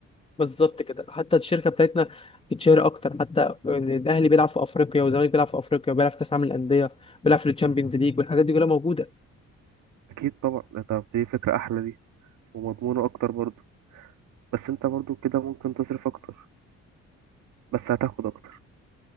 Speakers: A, on the left; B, on the right.
A: بالظبط كده حتى الشركه بتاعتنا تتشهر اكتر حتى إن الاهلي بيلعب في افريقيا والزمالك بيلعب في افريقيا وبيلعب في كاس عالم الانديه وبيلعب في الشامبيونز ليج والحاجات دي كلها موجوده
B: اكيد طبعا ده طب دي فكره احلى دي ومضمونه اكتر برضو بس انت برضو كده ممكن تصرف اكتر بس هتاخد اكتر